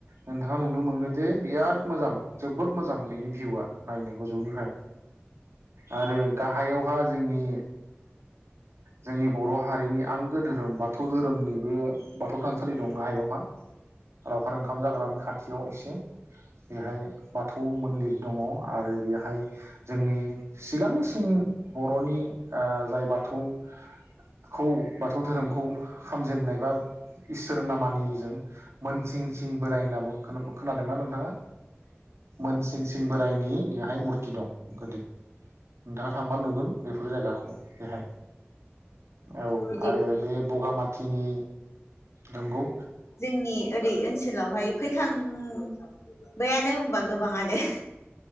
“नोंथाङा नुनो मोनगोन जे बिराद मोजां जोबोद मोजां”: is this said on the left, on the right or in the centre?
Right